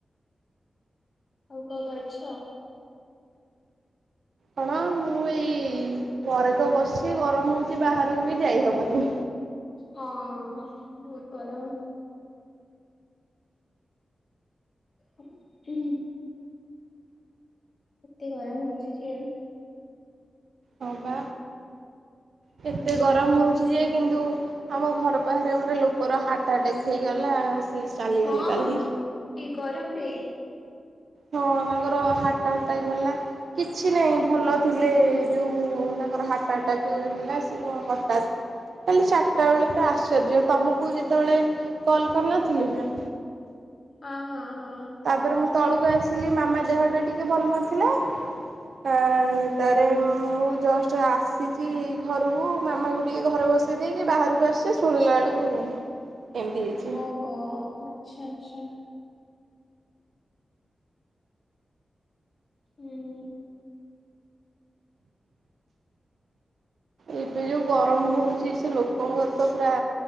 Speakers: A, on the left; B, on the right.
A: ଆଉ କଣ କରୁଛ?
B: ହଁ ମୁଁ ଏଇ ଘରେ ତ ବସିଛି ଗରମ ହଉଛି ବାହାରକୁ ବି ଯାଇହବନି।
A: ହଁ ବହୁତ ଗରମ। ହୁଁ। ଏତେ ଗରମ ହଉଛି ଯେ
B: ହଁ ବା
A: ହୁଁ
B: କେତେ ଗରମ ହଉଛି ଯେ? କିନ୍ତୁ ଆମ ଘର ପାଖରେ ଗୋଟେ ଲୋକର ହାଟ୍ଆଟାକ୍ ହେଇଗଲା। <unintelligible>
A: ହଁ ହଁ ଏ ଗରମରେ
B: ହଁ ତାଙ୍କର ହାର୍ଟ ଆଟାକ୍ ଗଲା କିଛି ନାଇଁ ଭଲ ଥିଲେ ଯୋଉ ତାଙ୍କର ହାର୍ଟ ଆଟାକ ଯୋଉ ହେଲା ସିଏ କଣ ହଠାତ କାଲି ଚାରିଟା ବେଳେ ତ ଆଶ୍ଚର୍ଯ୍ୟ ତମକୁ ଯେତେବେଳେ କଲ କରିନଥିଲି ନା।
A: ହଁ -ହଁ -ହଁ।
B: ତାପରେ ମୁଁ ତଳକୁ ଆସିଲି ମାମା ଦେହଟା ଟିକେ ଭଲ ନଥିଲା। ତାପରେ
A: ହୁଁ ହୁଁ।
B: ମୁଁ ଜଷ୍ଟ ଆସିଛି ଘରକୁ ମାମାକୁ ଟିକେ ଘରେ ବସେଇ ଦେଇକି ବାହାରକୁ ଆସିଛି ଶୁଣିଲା ବେଳକୁ
A: ହ।
B: ଏମିତି ହେଇଛି
A: ଓହୋ ଆଛା ଆଚ୍ଛା। ହୁଁ।
B: ଏବେ ଯୋଉ ଗରମ ହଉଛି ସେ ଲୋକଙ୍କର ତ ପୁରା